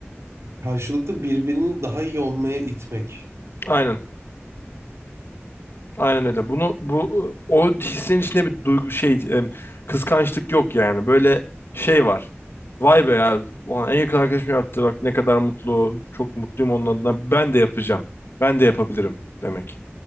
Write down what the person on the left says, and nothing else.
Aynen, aynen öyle. Bunu bu o hissenin içinde bir duygu şey em, kıskançlık yok yani. Böyle şey var. Vay be ya, ulan en yakın arkadaşım yaptı. Bak ne kadar mutlu, çok mutluyum onun adına. Ben de yapacağım. Ben de yapabilirim demek.